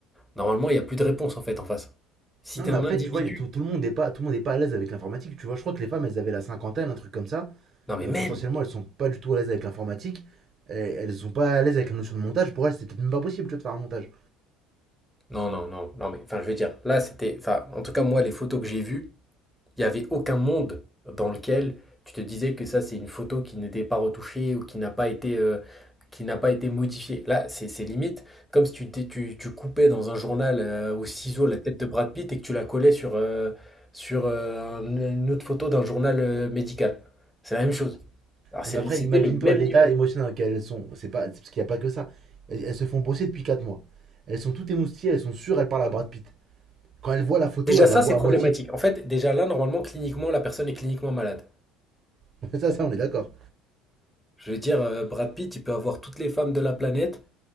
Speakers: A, in the centre; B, on the right.
A: normalement, il n'y a plus de réponse en fait en face. Si
B: Non,
A: t'es
B: mais
A: un
B: après,
A: individu.
B: tu vois, y a tout, tout le monde n'est pas, tout le monde est pas à l'aise avec l'informatique. Tu vois, je crois que les femmes, elles avaient la cinquantaine, un truc comme ça.
A: Non, mais
B: Euh,
A: même.
B: potentiellement, elles sont pas du tout à l'aise avec l'informatique. Elles sont pas à l'aise avec la notion de montage. Pour elles, c'était peut-être même pas possible tu vois, de faire un montage.
A: Non, non, non, non, mais enfin, je veux dire, là, c'était, enfin, en tout cas, moi, les photos que j'ai vues, il n'y avait aucun monde dans lequel tu te disais que ça, c'est une photo qui n'était pas retouchée ou qui n'a pas été, euh, qui n'a pas été modifiée. Là, c'est c'est limite comme si tu, t'es- tu, tu coupais dans un journal euh, au ciseau la tête de Brad Pitt et que tu la collais sur, euh, sur euh, un- une autre photo d'un journal euh, médical. C'est la même chose. Alors, c'est
B: Non, mais après,
A: le- c'était
B: imagine-toi
A: le même
B: l'état
A: niveau.
B: émotionnel dans lequel elles sont. C'est pas, c'est parce qu'il n'y a pas que ça. Elles, elles se font bosser depuis 4 mois. Elles sont toutes émoustillées, elles sont sûres, elles parlent à Brad Pitt. Quand elles voient la photo,
A: Déjà,
B: elles
A: ça,
B: la voient
A: c'est problématique.
B: à moitié.
A: En fait, déjà là, normalement, cliniquement, la personne est cliniquement malade.
B: <laughs> ça, ça, on est d'accord.
A: Je veux dire, euh, Brad Pitt, il peut avoir toutes les femmes de la planète